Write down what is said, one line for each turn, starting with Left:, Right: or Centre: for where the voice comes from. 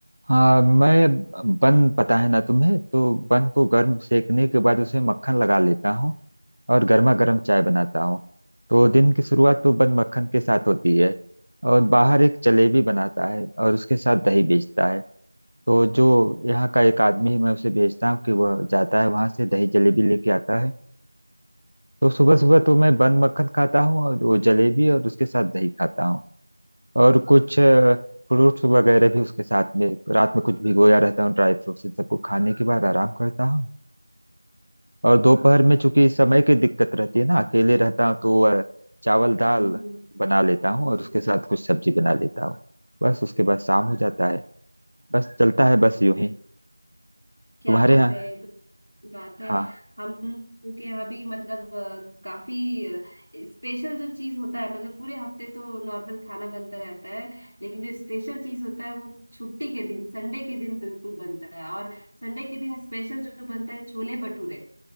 Right: हाँ मैं बन पता है ना तुम्हें तो बन को गर्म सेकने के बाद उसमें मक्खन लगा लेता हूँ और गर्मा गर्म चाय बनाता हूँ तो दिन की शुरुआत तो बन मक्खन के साथ होती है और बाहर एक जलेबी बनाता है और उसके साथ दही बेचता है तो जो यहाँ का एक आदमी है मैं उसे भेजता हूँ कि वह जाता है वहां से दही जलेबी लेके आता है तो सुबह सुबह तो मैं बन मक्खन खाता हूँ और वो जलेबी और उसके साथ दही खाता हूँ और कुछ फ्रूट्स वगैरह भी उसके साथ में रात में कुछ भिगोया रहता हूँ ड्राई फ्रूट्स इन सबको खाने के बाद आराम करता हूँ और दोपहर में चूंकि
Left: क्या-
Right: समय की दिक्कत रहती है ना अकेले रहता हूँ तो अ, चावल दाल
Left: हम्म हम्म, हम्म,
Right: बना लेता हूँ और
Left: जी
Right: उसके साथ कुछ सब्जी बना लेता हूँ बस उसके बाद शाम हो जाता है बस चलता है बस यूं ही
Left: क्या
Right: तुम्हारे
Left: बात
Right: यहाँ
Left: है ये तो अच्छी बात है
Right: हाँ
Left: हम उनके यहाँ भी मतलब अ, काफी स्पेशल जो चीज होता है मतलब पूरे हफ्ते तो नॉर्मल खाना बनता रहता है लेकिन जो स्पेशल चीज होता है वो छुट्टी के दिन संडे के दिन बिल्कुल बनता है और संडे के दिन स्पेशल जो बनता है छोले भटूरे